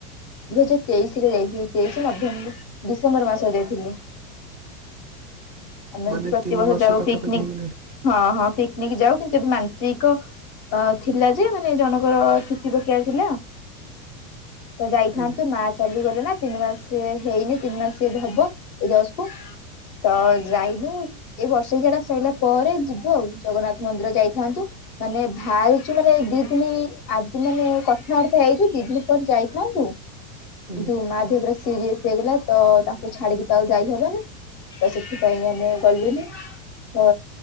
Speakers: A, on the left (about 30°); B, on the right (about 25°).
A: ଦୁଇ ହଜାର ତେଇଶି ରେ ଯାଇଥିଲି। ତେଇଶି ନଭେମ୍ବର ଡିସେମ୍ବର ମାସରେ ଯାଇଥିଲି। ଆମେ
B: ମାନେ
A: ଏମିତି ପ୍ରତିବର୍ଷ
B: ତିନି ବର୍ଷ
A: ଯାଉ
B: ପାଖାପାଖି
A: ପିକନିକ
B: ହେଇଗଲାଣି
A: ହଁ ହଁ ପିକନିକ ଯାଉ କିନ୍ତୁ ଏବେ ମାନସିକ ଅ ଥିଲା ଯେ ମାନେ ଜଣଙ୍କର ଚୁଟି ପକେଇବା ଥିଲା ତ ଯାଇଥାନ୍ତୁ
B: ଆଜ୍ଞା
A: ମାର୍ଚ୍ଚ ଚାଲିଗଲେ ନା ତିନି ମାସ ହେଇନି ତିନି ମାସ ଏବେ ହବ ଏଇ ଦଶ କୁ। ତ ଯାଇନୁ। ଏଇ ବର୍ଷେକିଆକାଟା ସଇଲା ପରେ ଯିବୁ ଆଉ ଜଗନ୍ନାଥ ମନ୍ଦିର ଯାଇଥାନ୍ତୁ ମାନେ ଭାରିଛୁ ମାନେ ଦିଦିନୀ ଆଜି ମାନେ କଥାବାର୍ତ୍ତା ହେଇଛୁ ଦିଦିନୀ ପରେ ଯାଇଥାନ୍ତୁ। କିନ୍ତୁ
B: ଆଜ୍ଞା
A: ମା ଦେହ ପୁରା ସିରିଏସ୍ ହେଇଗଲା ତ ତାଙ୍କୁ ଛାଡିକି ତା ଆଉ ଯାଇହବନି। ତ ସେଥିପାଇଁ ଆମେ ଗଲିନି। ତ